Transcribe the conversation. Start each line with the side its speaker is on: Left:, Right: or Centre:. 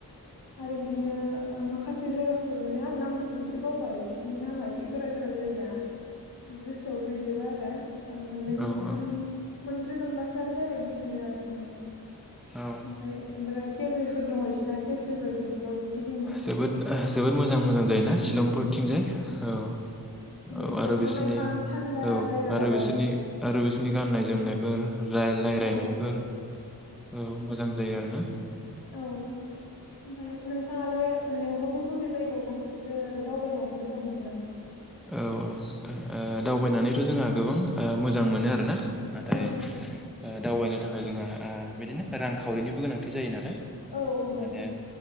Left: आरो बिदिनो ओ माखासे जायगाफोर माने आं नामफोरखौ एसे बावबाय बिसिनि नामा एसे गोरा गोरा जायोना गोसोआव गैजोबो आरो। ओ मोननै मोनथाम
Centre: औ औ
Left: मोनब्रै मोनबासोआनो जायगा गिदिंदो आरो जोङो।
Centre: औ
Left: ओमफ्राय बिराद <unintelligible> फोर दङ इसिना केफेफोर बेफोराव गिद
Centre: जोबोद जोबोद मोजां मोजां जायोना शिलंफोरथिंजाय औ।
Left: माने
Centre: औ आरो
Left: दंफां
Centre: बिसोरनि
Left: लाइफां थान्दा
Centre: औ
Left: जायगा
Centre: आरो
Left: नालाय
Centre: बिसोरनि आरो बिसोरनि गाननाय जोमनायफोर रा रायलायनायफोर
Left: औ
Centre: औ मोजां जायो आरोना।
Left: औ ओमफ्राय नोंथाङालाय माने बबे बबे जायगायाव थांफेरखो? दावबायनानै मोजां मोनो ना मोना?
Centre: औ औ नोंथां ओ दावबायनानैथ' जोंहा गोबां मोजां मोनो आरोना। नाथाय
Left: औ
Centre: ओ दावबायनो थाखाय जोंहा आ बिदिनो रांखावरिनिबो गोनांथि जायो नालाय।
Left: औ औ नंगौ।
Centre: माने